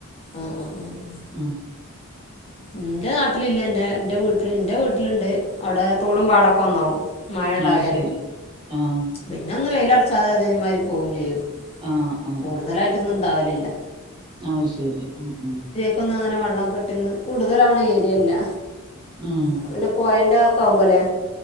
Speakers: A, on the left; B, on the right.
A: ആഹ് ആഹ് ആഹ് ആഹ്
B: ഉം
A: ഇന്റെ നാട്ടില് ഇല്ലന്നെ ഇന്റെ വീട്ടില് ഇന്റെ വീട്ടില്ണ്ട് അവിടെ തോടും പാടൊക്കെ ഒന്നാവും മഴണ്ടായാല്
B: അത് ശരി ആഹ്
A: പിന്നെ ഒന്ന് വെയിലൊറച്ചാ അത് അതേമാതിരി പോവും ചെയ്യും
B: ആഹ്
A: കൂടുതലായിട്ടൊന്നും ഉണ്ടാവലില്ല
B: ആഹ് ശരി ഉം ഉം
A: ഇപ്പൊന്ന് അങ്ങനെ വെള്ളം കെട്ടിന്ന് കൂടുതലാക്ണ ഏര്യല്ലാ
B: ഉം
A: അത് പിന്നെ പോയന്റവക്കെ ആകുമ്പൊല്ലേ